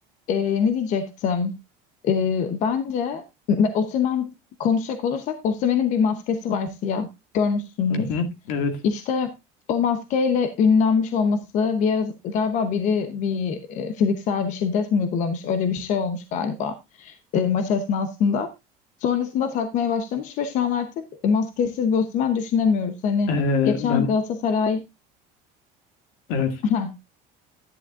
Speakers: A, on the left; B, on the left.
A: e, ne diyecektim E, bence me- Osimhen konuşacak olursak Osimhen'in bir maskesi var siyah görmüşsündür.
B: Hı hı. Evet.
A: İşte o maskeyle ünlenmiş olması bir ara galiba biri bir e, fiziksel bir şiddet mi uygulamış öyle bir şey olmuş galiba e, maç esnasında. Sonrasında takmaya başlamış ve şu an artık maskesiz bir Osimhen düşünemiyoruz. Hani
B: Ee,
A: geçen
B: ben
A: Galatasaray
B: evet.
A: <laughs>